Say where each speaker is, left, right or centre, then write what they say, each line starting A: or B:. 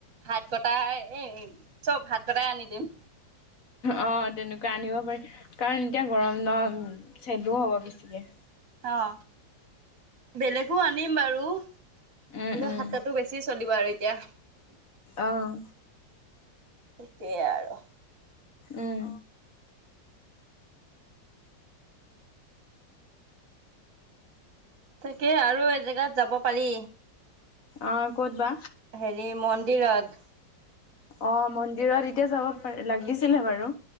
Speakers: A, on the right; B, on the left.
A: ভাত কটাই এ চব ভাত কটাই আনি দিম।
B: অ, তেনেকুৱা আনিব পাৰি কাৰণ এতিয়া গৰম নম চেদো হ'ব বেছিকে।
A: অ', বেলেগো আনিম বাৰু হলেও
B: উম উম।
A: হাত কটো বেছি চলিব আৰু এতিয়া।
B: অহ।
A: সেয়ে আৰু
B: উম
A: তাকে আৰু এজেগাত যাব পাৰি।
B: অ' ক'দ বা
A: হেৰি মন্দিৰত।
B: অ' মন্দিৰত এতিয়া যাব পাৰি লাগিছিলহে বাৰু।